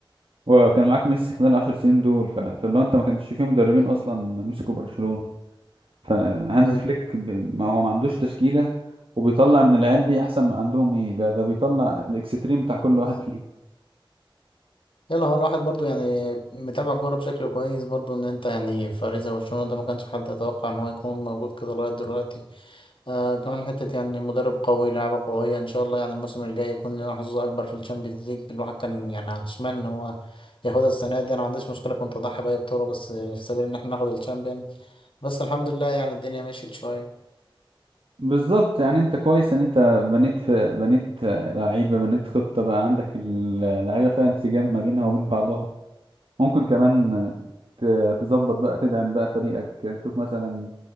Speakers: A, on the right; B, on the left.
A: وكان معاك ميسي خلال العشر سنين دول ف... فاللي هو انت ما كانش فيه مدربين
B: امم
A: اصلا مسكوا برشلونة فهانز
B: جامد
A: فليك ب... ما هو ما عندوش تشكيلة وبيطلع من العيال دي احسن ما عندهم ايه ده ده بيطلع الاكستريم بتاع كل واحد
B: امم
A: فيهم
B: يلا هو الواحد برضو يعني متابع كوره بشكل كويس برضو ان انت يعني فريق زي برشلونه ده ما كانش حد يتوقع ان هو يكون موجود كده لغايه دلوقتي آه كمان حته يعني مدرب قوي لعبه قويه ان شاء الله يعني الموسم الجاي يكون لنا حظوظ اكبر في الشامبيونز ليج الواحد كان يعني عشمان ان هو ياخدها السنه دي انا ما عنديش مشكله كنت اضحي باي بطوله بس في سبيل ان احنا ناخد الشامبيونز بس الحمد لله يعني الدنيا مشيت شويه
A: بالظبط يعني انت كويس ان انت بنيت في بنيت لعيبة بنيت خطة بقى عندك اللعيبة فيها انسجام
B: امم
A: ما بينها وبين بعضها ممكن كمان ت- تظبط بقى تدعم بقى فريقك تشوف مثلا